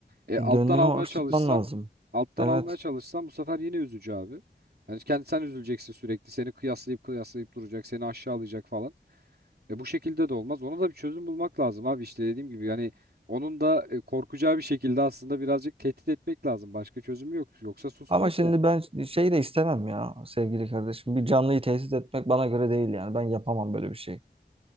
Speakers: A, on the right; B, on the right.
A: E,
B: E,
A: alttan
B: Gönlünü
A: almaya
B: hoş
A: çalışsan,
B: tutman lazım.
A: alttan
B: Evet.
A: almaya çalışsan bu sefer yine üzücü abi. Yani kendi sen üzüleceksin sürekli. Seni kıyaslayıp kıyaslayıp duracak, seni aşağılayacak falan. E bu şekilde de olmaz. Ona da bir çözüm bulmak lazım abi. İşte dediğim gibi yani onun da e, korkacağı bir şekilde aslında birazcık tehdit etmek lazım. Başka çözümü yok. Yoksa susmaz
B: Ama şimdi
A: ya.
B: ben şey de istemem ya sevgili kardeşim. Bir canlıyı tesis etmek bana göre değil yani. Ben yapamam böyle bir şey.